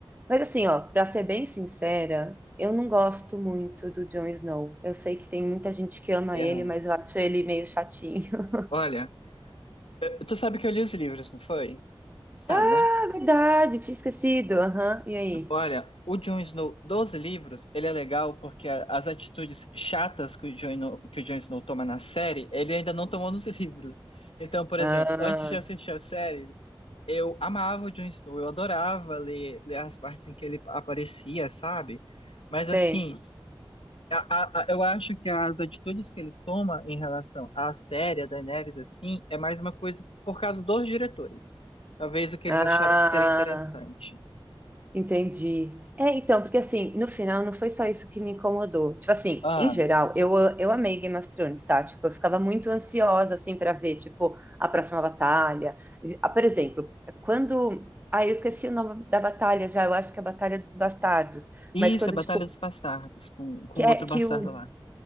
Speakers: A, on the right; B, on the left.
A: Mas assim, ó, pra ser bem sincera, eu não gosto muito do Jon Snow. Eu sei que tem muita gente que ama
B: É,
A: ele, mas eu acho ele meio chatinho.
B: olha, eh, tu sabe que eu li os livros, não foi? Sabe,
A: Ah,
B: né?
A: verdade, tinha esquecido. Aham, E aí?
B: Olha, o Jon Snow dos livros, ele é legal porque a- as atitudes chatas que o Jon, Snow- que o Jon Snow toma na série, ele ainda não tomou nos <laughs> livros. Então, por
A: Ah,
B: exemplo, antes de assistir a série, eu amava o Jon Snow, eu adorava ler, ler as partes em que ele aparecia, sabe? Mas assim,
A: tem.
B: a- a- a- eu acho que as atitudes que ele toma em relação à série, a Daenerys, assim, é mais uma coisa por causa dos diretores. Talvez o que eles
A: Ah,
B: acharam que seria interessante.
A: entendi. É, então, porque assim, no final não foi só isso que me incomodou. Tipo assim,
B: Ah,
A: em geral, eu, a- eu amei Game of Thrones, tá? Tipo, eu ficava muito ansiosa, assim, pra ver, tipo, a próxima batalha. Ah, Por exemplo, quando. Ah, eu esqueci o nome da batalha já, eu acho que é a Batalha dos Bastardos.
B: Isso,
A: Mas quando,
B: é Batalha
A: tipo,
B: dos Bastardos, com, com
A: que,
B: outro
A: é, que
B: bastardo
A: o
B: lá.